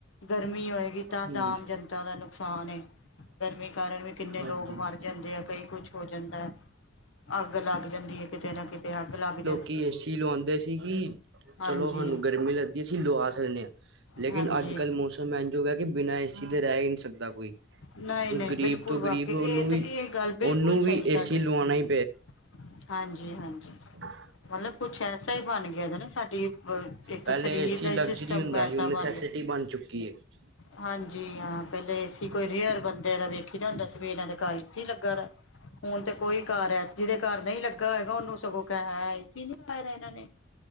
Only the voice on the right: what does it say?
ਹੂੰ
ਹਾਂਜੀ
ਕਿ ਏਸੀ ਲਵਾਉਂਦੇ ਸੀ ਕੀ
ਚਲੋ ਸਾਨੂੰ ਗਰਮੀ ਲੱਗਦੀ ਅਸੀਂ ਲਵਾ ਸਕਦੇ ਹਾਂ ਲੇਕਿਨ
ਅੱਜ ਕੱਲ੍ਹ ਮੌਸਮ ਐ ਜੋਗਾ ਕਿ ਬਿਨਾਂ ਏਸੀ ਦੇ ਰਹਿ ਹੀ ਨਹੀਂ ਸਕਦਾ ਕੋਈ।
ਕੋਈ ਗਰੀਬ
ਤੋਂ
ਗਰੀਬ
ਉਹਨੂੰ ਵੀ
ਉਹਨੂੰ
ਵੀ
ਏਸੀ ਲਵਾਉਣਾ
ਹੀ
ਬਹੁਤ
ਪਹਿਲੇ
ਏਸੀ
ਲਗਜ਼ਰੀ
ਹੁੰਦਾ
ਸੀ ਹੁਣ
ਨਸੈਸਿਟੀ
ਬਣ ਚੁੱਕੀ ਹੈ